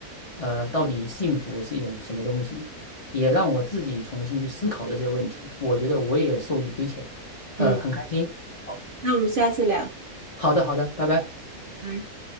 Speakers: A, on the left; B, on the right.
A: 呃，到底幸福是一种什么东西，也让我自己重新去思考这些问题。我觉得我也受益匪浅，呃，
B: 嗯，
A: 很开心。哦，
B: 那我们下次聊，拜
A: 好的，好的，拜拜。
B: 拜。